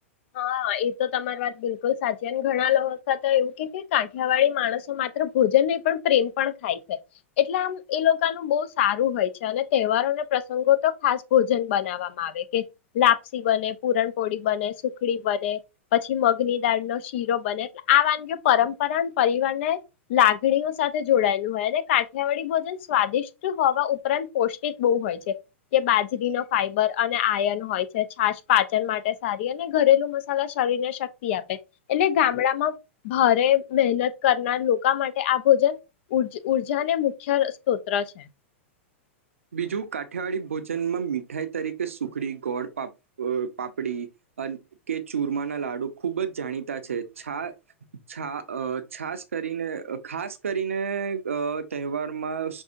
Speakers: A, on the left (about 60°); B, on the right (about 80°).
A: હા એ તો તમારી વાત બિલકુલ સાચી ને ઘણા લોકો તો એવું કે છે કાંઠિયાવાળી માણસો માત્ર ભોજન નહી પણ પ્રેમ પણ ખાય છે. એટલે આમ એ લોકોનું બવ સારું હોય છે અને તહેવારો અને પ્રસંગો તો ખાસ ભોજન બનાવવામાં આવે કે લાપસી બને, પુરણપોળી બને બને, પછી મગની દાળ ન શીરો બને એટલે આ વાનગી પરંપરા પરિવારને લાગણીઓ સાથે જોડાયેલું હોય અને કાઠિયાવાડી ભોજન સ્વાદિષ્ટ હોવા ઉપરાંત પોૌષ્ટિક બહુ હોય છે કે બાજરીનો ફાઈબર અને આયન હોય છે છાસ પાચન માટે સારી અને ઘરેલું મસાલા શરીર ને શક્તિ આપે એટલે ગામડામાં ભારે મહેનત કરનાર લોકો માટે આ ભોજન ઉ ઉર્જાને મુખ્ય સ્તોત્ર છે.
B: બીજું કાઠિયાવાડી ભોજનમાં મીઠાઈ તરીકે સુખડી ગોળ પા અ પાપડી કે ચૂરમાના લાડુ ખુબ જ જાણીતા છે. છા છા અ છાસ કરીને ખાસ કરીને અ તહેવારમાં